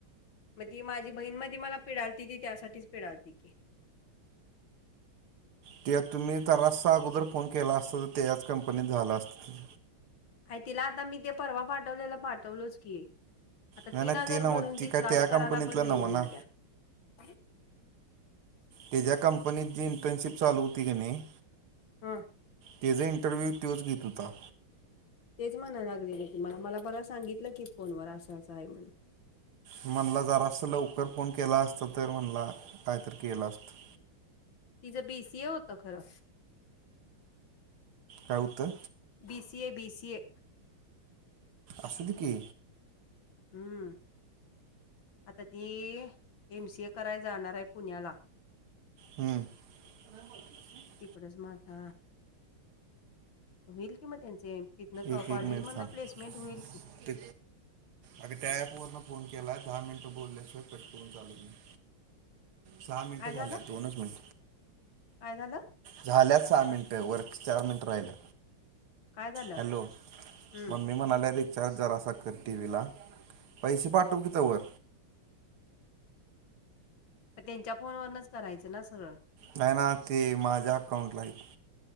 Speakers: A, on the left; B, on the right.
A: मग ती माझी बहीण म मला पिडालती ती त्यासाठीच पिडालती की
B: ते तुम्ही त्यालासा अगोदर फोन केला असतं तर ते याच कंपनीत झालं असतंे
A: आ तिला आता मी ते परवा पाठवलेलं पाठवलोच की आहे आता
B: नाही
A: तीन
B: नाही
A: हजार
B: ते नव्ह
A: भरून ती
B: काय
A: क्लास
B: त्या
A: करायला
B: कंपनीतलं
A: पण नाही
B: नव्ह
A: म्हणा
B: ना
A: द्या <inaudible>
B: त्या ज्या कंपनीत जी इंटर्नशिप चालू होती की नाही.
A: हा
B: त्याचां इंटरव्ह्यू तोच घेत होता
A: तेच म्हणा लागलेलं तुम्हाला मला परत सांगितलं की फोन वर असं असं आहे म्हण
B: म्हणला जरा असं लवकर फोन केला असत तर म्हणला काहीतरी केलं असतं
A: तिचं बीसीए होत खरं
B: राऊतं
A: बी सीए बी सीए
B: अससू दे की
A: हम्म आता ती एम सी ए कराय जाणार आहे पुण्याला
B: हम ह
A: तिकडच म आा होईल कि म त्यांचे तिथन
B: एक
A: कॉलेज
B: एक मिनिट
A: मध
B: थांब
A: प्लेसमेंट होईल की
B: ते अगं त्या ऍप वरन फोन केला दहा मिनटं बोलल्याशिवाय कट करून चालेल मी सहा मिनटं
A: काय
B: झाल्यात
A: झालं
B: दोनच मिनट
A: काय झालं
B: झाल्या सहा मिनिटं वर चार मिनिटं राहिलं
A: काय झालं
B: हॅलो
A: हम्म
B: मम् ममी म्हणाले र चार्जर असा कर टी व्हीला पैसेे पाटू की तंवर
A: त्यांच्या फोन वनच करायचं ना सरळ
B: नाही ना ते माझ्या अकाउंटला एक